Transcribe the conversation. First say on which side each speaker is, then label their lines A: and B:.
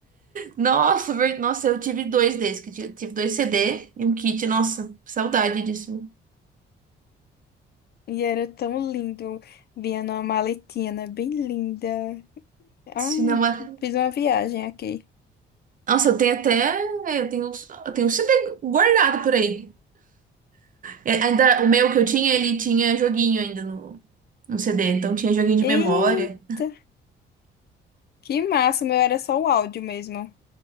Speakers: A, on the right; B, on the left.
A: Nossa, ver- nossa, eu tive dois desses. que eu Tive tive dois CD e um kit. Nossa, saudade disso.
B: E era tão lindo. Vinha numa maletinha, né? Bem linda. Ai,
A: Cinema...
B: fiz uma viagem aqui.
A: Nossa, eu tenho até. Eu tenho, eu tenho um sempre guardado por aí. É, ainda, o meu que eu tinha, ele tinha joguinho ainda no, no CD, então tinha joguinho de
B: Eita,
A: memória.
B: que massa! O meu era só o áudio mesmo.